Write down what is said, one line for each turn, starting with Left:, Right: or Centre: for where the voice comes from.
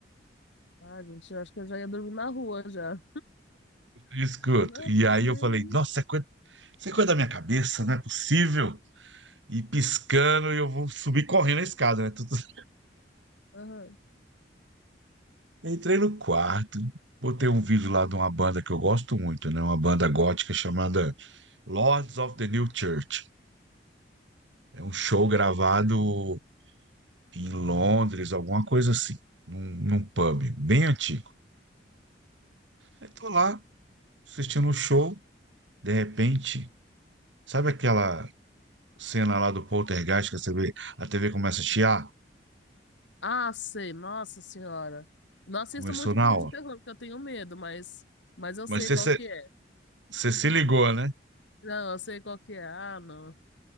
Left: Ah, gente, eu acho que eu já ia dormir na rua já.
Right: Escuta.
Left: <laughs> ah Não,
Right: E
Left: tranquilo.
Right: aí eu falei, nossa, isso é coisa, isso é coisa da minha cabeça, não é possível. e piscando, e eu vou subir correndo a escada, né? Tudo- <laughs>
Left: Aham.
Right: Entrei no quarto, botei um vídeo lá de uma banda que eu gosto muito, né? Uma banda gótica chamada Lords of the New Church. É um show gravado em Londres, alguma coisa assim, num, num pub bem antigo. Aí tô lá assistindo o show, de repente, sabe aquela cena lá do Poltergeist que a TV, a TV começa a chiar?
Left: Ah, sei, nossa senhora. Não assisto
Right: Começou
Left: muito
Right: na
Left: filme
Right: hora.
Left: de terror, porque eu tenho medo, mas, mas eu
Right: Mas
Left: sei
Right: você
Left: qual
Right: você-
Left: que é.
Right: você se ligou, né?
Left: Não, eu sei qual que é. Ah, não.